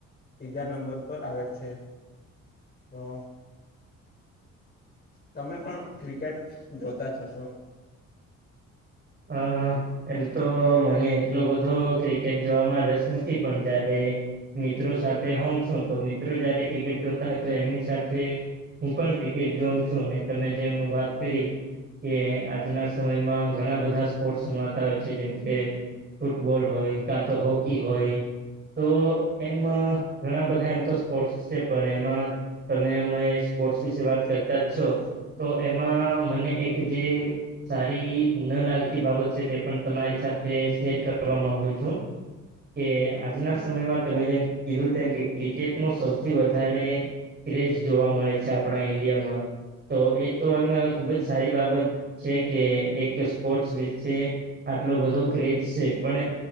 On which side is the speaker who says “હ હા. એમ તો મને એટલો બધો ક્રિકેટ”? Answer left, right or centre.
Right